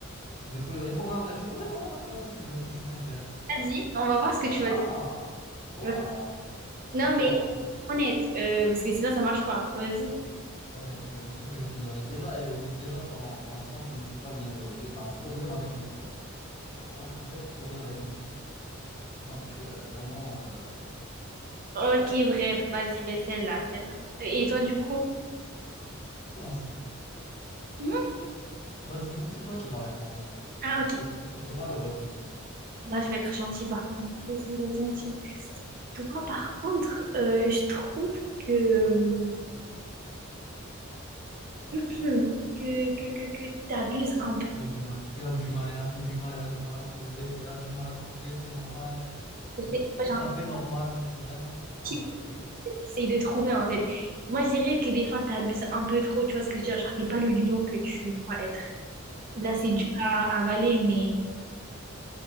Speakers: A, on the left (about 30°); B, on the right (about 45°).
A: Je peux répondre à ta... Je peux répondre à ta place si tu veux, si tu préfères.
B: Vas-y, on va voir ce que tu vas
A: Ah, voilà,
B: dire. Non,
A: voilà.
B: mais
A: voilà.
B: honnête, euh, parce que sinon ça marche pas. Vas-y.
A: Honnête, euh, bien sûr que je suis honnête. Déjà, euh, dé- déjà ton, ton sang, tu ne sais pas bien le régler. Tu as un problème avec le sang. Vraiment, Un vrai problème avec le sang. Donc, euh, vraiment, euh,
B: Ok, bref, vas-y, ben celle-là, celle-là. Et toi, du coup?
A: comment ça?
B: Hmm
A: Bah, du coup, c'est toi qui vas répondre.
B: Ah,
A: Parce
B: ok.
A: que c'est toi, c'est toi le reflet.
B: Là, je vais être gentille, par contre. Je vais essayer d'être gentille. Toi, par contre, euh, je trouve que, <clears throat> que, que, que, que t'abuses un peu.
A: Elle a du mal. Elle a du mal, elle a un peu du mal, elle a du mal à trouver. Elle a du mal à trouver, c'est normal.
B: Tu
A: C'est
B: sais, moi,
A: tout
B: j'ai un
A: à fait normal. C'est vraiment... euh,
B: petit
A: oui.
B: que t'essayes de trouver, en fait. Moi, je dirais que des fois, t'abuses un peu trop. Tu vois ce que je veux dire? Genre, t'es pas le lion que tu crois être. Là, c'est dur à à avaler, mais...